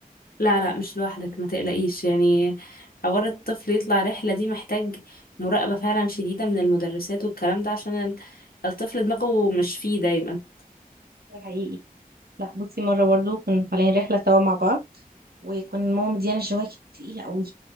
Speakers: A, on the left (about 75°); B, on the right (about 85°).
A: لا لا مش لوحدك ما تقلقيش يعني حوار الطفل يطلع رحله دي محتاج مراقبه فعلا شديده من المدرسات والكلام ده عشان ال- الطفل دماغه مش فيه دايما
B: ده حقيقي لا بصي مرة برضو كنا طالعين رحلة سوا مع بعض وكنا ماما مديانا جواكت تقيلة قوي